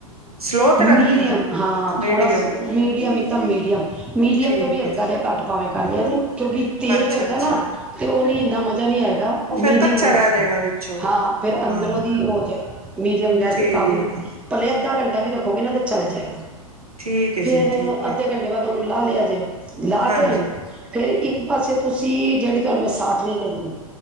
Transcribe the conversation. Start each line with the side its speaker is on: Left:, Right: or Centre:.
Right: ਸਲੋ ਤੇ
Centre: ਮੀਡੀਅਮ
Right: ਰੱਖਣੀ ਏ
Centre: ਹਾਂ
Right: ਮੀਡੀਅਮ।
Centre: ਥੋੜਾ ਸ ਲੋੋ ਮੀਡੀਅਮ ਇੱਕਦਮ ਮੀਡੀਅਮ ਮੀਡੀਅਮ
Right: ਠੀਕ
Centre: ਤੋਂ ਵੀ ਹਲਕਾ
Right: ਏ
Centre: ਜਿਹਾ ਘੱਟ ਪਾਵੇ। ਜ <unintelligible> ਕਿਉਂਕਿ ਤੇਜ਼
Right: ਅੱਛਾ
Centre: ਹੋਏਗਾ
Right: ਅੱਛਾ
Centre: ਨਾ ਤੇ ਉਹ ਨੀ ਇੰਨਾ ਮਜ਼ਾ ਨਹੀਂ ਆਏਗਾ।
Right: ਉਹ ਫੇਰ
Centre: ਮੀਡੀਅਮ
Right: ਕੱਚਾ
Centre: ਗੈਸ,
Right: ਰਹਿ ਜਾਏਗਾ ਵਿੱਚੋਂ
Centre: ਹਾਂ ਫਿਰ ਅੰਦਰੋਂ
Right: ਹਾਂ।
Centre: ਦੀ ਹੋਜੇ ਮੀਡੀਅਮ ਗੈਸ
Right: ਠੀਕ
Centre: ਤੇ ਕਾਫੀ
Right: ਏ
Centre: ਪਲੇ ਅੱਧਾ ਘੰਟਾ ਵੀ ਰੱਖੋਗੇ ਨਾ ਤੇ ਚੱਲ ਜਾਏਗਾ
Right: ਠੀਕ ਏ
Centre: ਫੇਰ
Right: ਜੀ ਠੀਕ
Centre: ਅੱਧੇ
Right: ਏ
Centre: ਘੰਟੇ ਬਾਅਦ ਉਹਨੂੰ ਲਾ ਦਿਆ ਜੇ, ਲਾ
Right: ਹਾਂਜੀ
Centre: ਕੇ ਤੇ ਇੱਕ ਪਾਸੇ ਤੁਸੀਂ, ਜਿਹੜੀ ਤੁਹਾਨੂੰ ਮੈਂ ਸਾਟਰੀ ਕਈ ਐ।